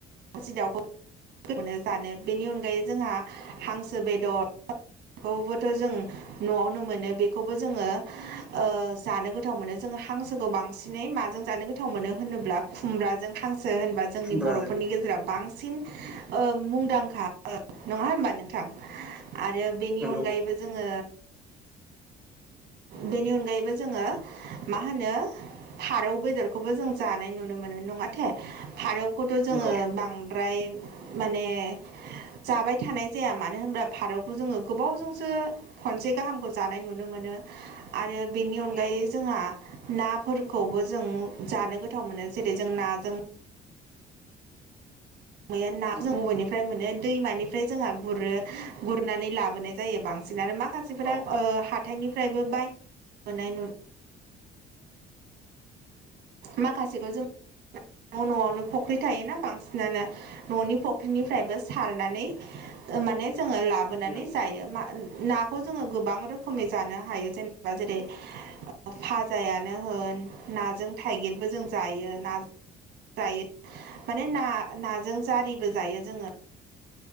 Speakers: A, on the right (about 75°); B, in the centre.
A: खासि दाउखौनो <unintelligible> जानो बेनि अनगायै जोंहा हांसो बेदर खौबोथ' जों न'आवनो मोनो बेखौबो जोङो आ जानो गोथाव मोनो जोङो हांसोखौ बांसिनै माजों जों जानो गोथाव मोनसिनो होनोब्ला खुम्ब्राजों हां सो होनबा जोंनि
B: खुमब्राजों
A: बर'फोरनि गेजेराव बांसिन ओ मुंदांखा नङा होमबा नोंथां आरो बेनि
B: नंगौ
A: अनगायैबो जोङो बेनि अनगायैबो जोङो मा होनो फारौ बेदरखौबो जों जानाय नुनो मो नो नङाथे फारौखौथ' जोङो
B: नंगौ
A: बां द्राय माने जाबाय थानाय जाया मानो होनोबा फारौखौ जोङो गोबावजोंसो खनसे गाहामखौ जानाय नुनो मोनो आरो बेनि अनगायै
B: उम
A: जोंहा नाफोरखौबो जों जानो गोथाव मोनो जेरै जों नाजों मैया नाखौ
B: उम
A: जों <unintelligible> बबेनिफ्राय मोनो दैमानिफ्राय जोंहा गुरो गुरनानै लाबोनाय जायो बां बांसिन आरो माखासेफोरा
B: औ
A: हाथाइनिफ्रायबो बाय नु माखासेखौ जों न' न'आवनो फुख्रि थायोना बांसिनानो न'नि फख्रिनिफ्रायबो सारनानै माने जोङो लाबोनानै
B: उम
A: जायो नाखौ जोङो गोबां रोखोमै जानो हायो जेनेबा जों जेरै फाजायानो होन नाजों थाइगिरबो जों जायो ना जायो माने ना नाजों जारिबो जायो जोङो